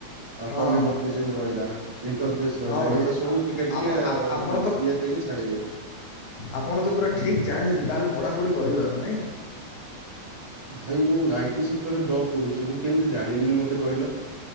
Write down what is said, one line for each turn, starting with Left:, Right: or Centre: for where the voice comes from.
Right: ଆଉ
Left: ହଁ
Right: ପଲିମର
Left: ହଁ
Right: ଫିଯିମ୍ ରହିଲା ଇଣ୍ଟର ଫେସ ରହିଲା।
Left: ହଁ ଭାଇ
Right: ଏଇଗୁଡା ସବୁ ଟିକେ ଟିକେ
Left: ଆପଣ ଆପଣ ତ
Right: ଇଏ ଦେଇକି ଛାଡିବେ।
Left: ଆପଣ ତ ପୁରା ଠିକ୍ ଜାଣିଛନ୍ତି। ତାହେଲେ ପଢ଼ାପଢ଼ି କରିବାର ନାଇଁ।
Right: ଭାଇ ମୁଁ ଆଇଟି ସେକ୍ଟରରେ ଜବ କରୁଚି ମୁଁ କେମିତି ଜାଣିବିନି ମତେ କହିଲ।